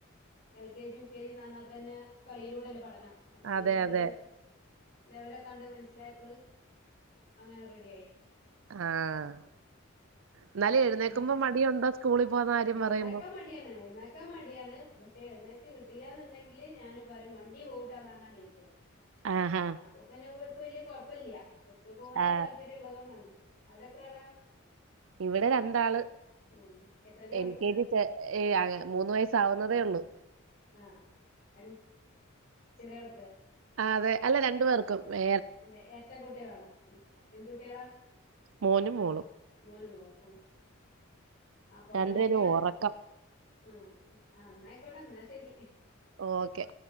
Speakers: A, on the left; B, on the right.
A: L K G, U K ജിന്ന് പറഞ്ഞാതന്നെ കളിയിലൂടല്ലേ പഠനം. അപ്പൊ പിന്നെ
B: അതെ
A: ആ
B: അതെ
A: ഒരു ലെവലൊക്കെ കണ്ട് മനസ്സിലായപ്പോൾ അങ്ങനെ റെഡി ആയി.
B: ആഹ്. എന്നാല് എഴുന്നേക്കുമ്പോ
A: അങ്ങനെയൊക്കെ
B: മടിയുണ്ടോ സ്കൂളി പോന്ന കാര്യം
A: എഴുന്നേക്കാൻ
B: പറയുമ്പോ?
A: മടിയാണ് എഴുന്നേൽക്കാൻ മടിയാണ്. പക്ഷെ എഴുന്നേറ്റ് കിട്ടീല്ലന്നുണ്ടെങ്കില് ഞാന് പറയും വണ്ടി പോവുട്ടോ ന്ന് പറഞ്ഞ എണീക്കും.
B: ആഹാ
A: ആ അപ്പോ പിന്നെ ഇപ്പോ വല്യ കൊഴപ്പല്ല്യ. ഇപ്പൊ സ്കൂൾ പൊവാന്
B: ആ
A: ഒരു താല്പര്യ ഉള്ളതോണ്ടാണ്. അവിടെ എത്രാളാ?
B: ഇവിടെ രണ്ടാള്.
A: ഉം എത്രയിലാ പഠിക്കണെ
B: എൽ കെ ജി ചേ ഏഹ് അഅ മൂന്ന് വയസ്സാവുന്നതേ ഉള്ളു.
A: ആഹ് എൻ ചെറിയാൾക്ക്.
B: ആഹ് അതെ അല്ല രണ്ടു പേർക്കും ഏ
A: എൻ്റെ എരട്ട കുട്ട്യകളാണ് ആഹ്. എന്ത് കുട്ടിയാളാ
B: മോനും
A: ആ
B: മോളും
A: മോനും മോളും ആഹ്. അപ്പൊ അങ്ങനെക്കേണ്
B: രണ്ടുപേരും ഉറക്കം
A: ഉം ആഹ് എന്നായിക്കോട്ടെ എന്നാ ശരി.
B: ഓക്കെ.